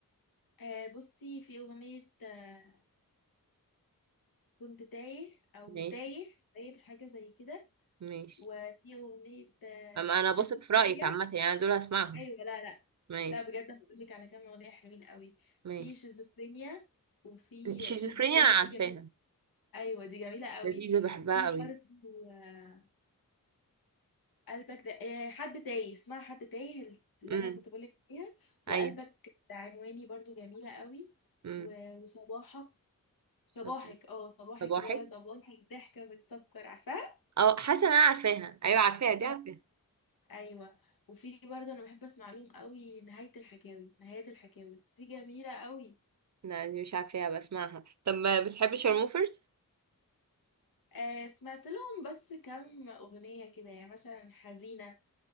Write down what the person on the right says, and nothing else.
ماشي
ماشي
اما انا
بثق في رايك عامه يعني أنا دول هسمعهم
ماشي
ماشي
شيزوفرينيا
انا عارفاها
لذيذه بحبها
قوي
امم
ايوه
امم
صب-
صباحك
اه حاسه إن انا عارفاها ايوه عارفاها دي
عارفاها
لا دي مش عارفاها بسمعها طب ما بتحبي شارموفرز